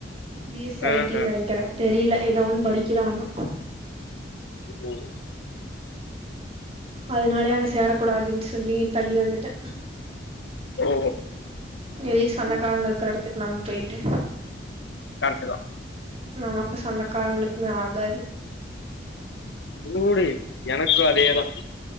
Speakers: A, on the right (about 35°); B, on the left (about 70°).
A: B S C
B: ஆஹ
A: I T ன் நெனைக்கிறே தெரியல எதோ ஒன்னு படிக்கிறா ஆனா
B: உம்
A: அதனாலே அங்க சேரக்கூடாதுன் சொல்லி தள்ளி வந்துட்டே
B: ஓ
A: எதுக்கு சொந்தக்காரங்க இருக்ற எடத்துக்கு நம்ம போயிட்டு
B: கரெக்ட்டு தா
A: நமக்கு சொந்தக்காரங்களுக்குமே ஆகாது
B: ஊடு எனக்கு அதேதா